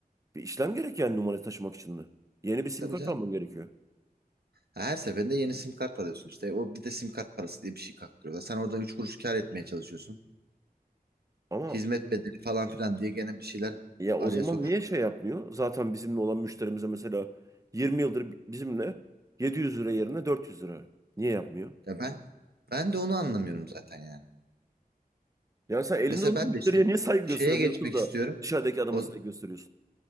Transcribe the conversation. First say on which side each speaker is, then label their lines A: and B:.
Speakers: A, on the right (about 20°); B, on the right (about 90°).
A: Bir işlem gerek yani numara taşımak için de. Yeni bir sim
B: Tabii
A: kart
B: canım.
A: alman gerekiyor.
B: Ha, Her seferinde yeni sim kart alıyorsun işte. O bir de sim kart parası diye bir şey kaktırıyorlar. Sen oradan 3 kuruş kar etmeye çalışıyorsun.
A: Ama
B: Hizmet bedeli falan filan diye gene bir şeyler
A: ya o
B: araya
A: zaman
B: sokuşturuyor.
A: niye şey yapmıyor? Zaten bizimle olan müşterimize mesela 20 yıldır bizimle 700 lira yerine 400 lira. Niye yapmıyor?
B: Ya ben ben de onu anlamıyorum zaten yani.
A: Yani sen elinde
B: Mesela
A: olan
B: ben
A: müşteriye
B: de işte
A: niye saygı
B: şeye
A: göstermiyorsun
B: geçmek
A: da
B: istiyorum.
A: dışarıdaki adama
B: O
A: saygı gösteriyorsun?